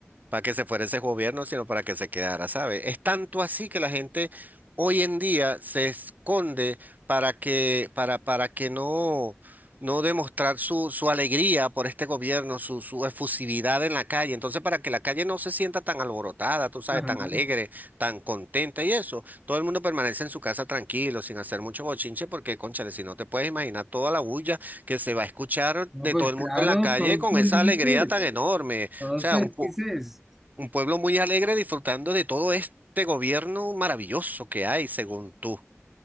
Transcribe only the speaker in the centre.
Ajá.
No,
pues
claro,
todos
felices,
todos
felices.